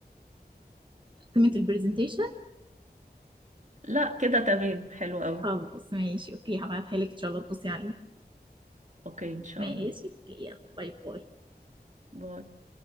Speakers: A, on the right (about 30°); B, on the right (about 45°).
A: قيمة البرزنتيشن
B: لا كده تمام حلو قوي
A: خلاص ماشي اوكي هبعتها لك ان شاء الله تبصي عليها
B: اوكي ان شاء
A: ماشي
B: الله
A: اوكي يلا باي باي
B: باي